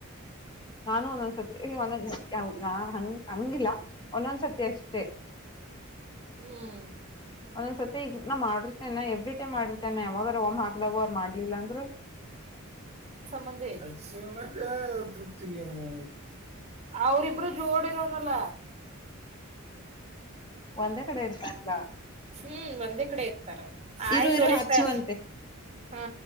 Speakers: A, on the left; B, on the right.
A: ನಾನು ಒಂದೊಂದ್ಸತಿ ಒಂದ ಯಾವ ಹಂಗ ಹಂಗಿಲ್ಲ ಒಂದೊಂದ್ಸತಿ ಅಷ್ಟೆ
B: ಹ್ಮ್
A: ಒಂದೊಂದ್ ಸತಿ ಈಗ ನಾ ಮಾಡಿರ್ತೇನೆ ಎವ್ರಿ ಟಮ್ ಮಾಡಿರ್ತೇನೆ ಯಾವಾಗಾರ ಒಮ್ಮ್ ಹಾಕ್ದಾಗ ಅವರ್ ಮಾಡ್ಲಿಲ್ಲ ಅಂದ್ರರು
B: ಬಂಧಿಮ ತೃಪ್ತಿಗೆನು ಅವ್ರಿಬ್ರು ಜೋಡಿರೋ್ರಲ್ಲ
A: ಒಂದ ಕಡೆ ಇತಾ
B: ಹ್ಮ್ ಒಂದೇ ಕಡೆ ಇರ್ತಾರ ಆಯ್ತು
A: ಇರು ಇರು ಹಚ್ಚುವಂತೆ
B: ಹ್ಮ